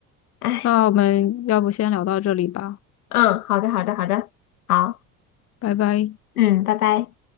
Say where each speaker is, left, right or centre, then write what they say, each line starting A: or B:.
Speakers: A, on the left; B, on the left.
A: 哎，
B: 那我们要不先聊到这里吧，
A: 嗯，好的，好的，好的，好，
B: 拜拜。
A: 嗯，拜拜。